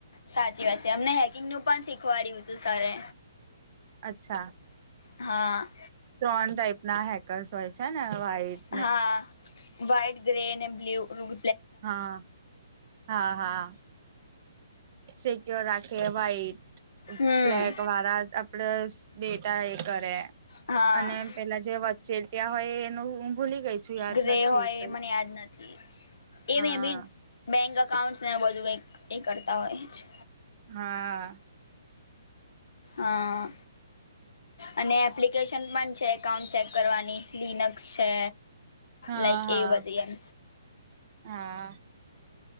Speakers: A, on the left; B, on the right.
A: સાચી વાત છે અમને હેકિંગનું પણ શીખવાડ્યું તું સરે.
B: અચ્છા,
A: હા
B: ત્રણ ટાઈપ ના હેકર્સ હોય છે ને વાઈટ.
A: હા વાઈટ, ગ્રે, બ્લુ રૂગ
B: હા, હા હા સિક્યોર રાખે વાઈટ. અમે
A: હમ
B: બ્લેક વારા આપડ સ ડેટા એ કરે.
A: હા
B: અને પેલા જે વચ્ચે થયા હોય એનું હું ભૂલી ગઈ છું યાદ
A: ગ્રે
B: નથી
A: હોય
B: કઈ.
A: એ મને યાદ નથી એ
B: હા
A: મે બી બેંક અકાઉન્ટ્સને એવું બધું કંઈક એ કરતા હોય છે.
B: હા
A: આ અને એપ્લિકેશન પણ છે, એકાઉન્ટ ચેક કરવાની લિનક્સ છે.
B: હા
A: લાઈક
B: હા
A: એ બધી એમ
B: હા હા